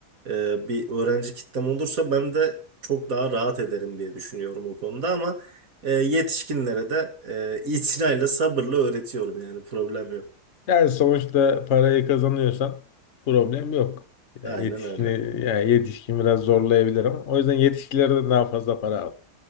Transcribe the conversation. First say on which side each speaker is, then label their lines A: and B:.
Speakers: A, on the right; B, on the left.
A: e, bir öğrenci kitlem olursa ben de çok daha rahat ederim diye düşünüyorum o konuda ama e, yetişkinlere de e, itinayla sabırla öğretiyorum yani problem yok.
B: Yani sonuçta parayı kazanıyorsan problem yok. Yani
A: Aynen
B: yetişkini,
A: öyle.
B: yani yetişkin biraz zorlayabilir ama o yüzden yetişkilerden daha fazla para al.